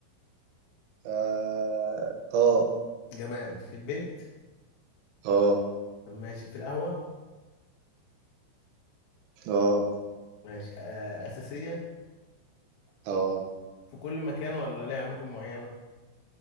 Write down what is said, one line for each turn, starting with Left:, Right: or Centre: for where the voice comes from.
Right: اه اه
Left: جماد في البيت
Right: اه
Left: طب ماشي في القهوه
Right: اه
Left: ماشي آه اساسيه
Right: اه
Left: في كل مكان ولا ليها اماكن معينه